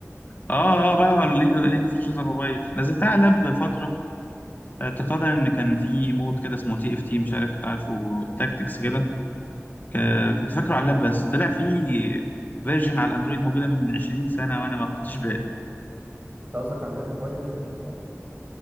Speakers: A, on the left (about 35°); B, on the right (about 35°).
A: اه اه بلعب على ليج ليج اوف ليجندز على الموبايل نزلتها على اللاب فترة اعتقادا ان كان في مود كده اسمه تي اف تي مش عارف عارفه تاكتكس كده ك- كنت فاكره على اللاب بس طلع في فيرجن على الاندرويد موجوده من 20 سنه وانا ما خدتش بالي
B: انت قصدك عليها موبايل ليجند صح